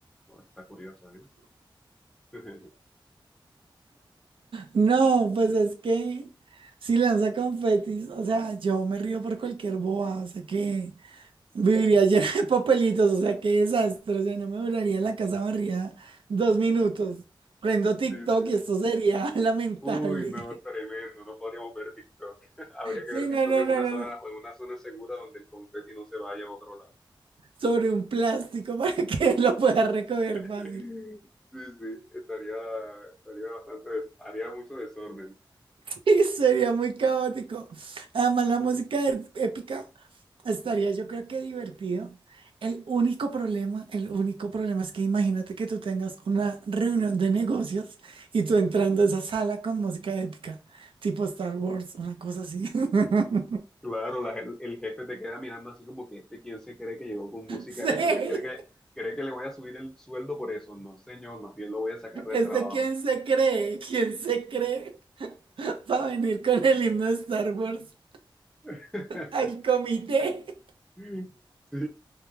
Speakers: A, in the centre; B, on the right.
A: Oh, está curiosa, ¿eh? <laughs>
B: No, pues es que si lanza confetis, o sea, yo me río por cualquier boba, o sea que. Viviría llena de papelitos, o sea, qué desastre. O sea, no me duraría la casa barrida dos minutos. Prendo TikTok
A: Sí, sí.
B: y esto sería <laughs> lamentable.
A: Uy, no, tremendo. No podríamos ver TikTok. <laughs> Habría que
B: Sí,
A: ver TikTok
B: no, no,
A: en
B: no,
A: una
B: no.
A: zona,
B: no.
A: en una zona segura donde el confeti no se vaya a otro lado.
B: Sobre un plástico <laughs> para que lo pueda recoger fácil.
A: Sí, sí, estaría, estaría bastante, des- haría mucho desorden.
B: <laughs> Y sería muy caótico. Además, la música es épica estaría, yo creo que divertido. El único problema, el único problema es que imagínate que tú tengas una reunión de negocios y tú entrando a esa sala con música épica, tipo Star Wars, una cosa así. <laughs>
A: Claro, la gen- el jefe te queda mirando así como que este quién se cree que llegó con música
B: Sí,
A: F, que cree que, cree que le voy a subir el sueldo por eso. No, señor, más bien lo voy a sacar del
B: es
A: trabajo.
B: de quién se cree, quién se cree para venir con el himno de Star Wars
A: <laughs>
B: al comité.
A: <laughs> Sí.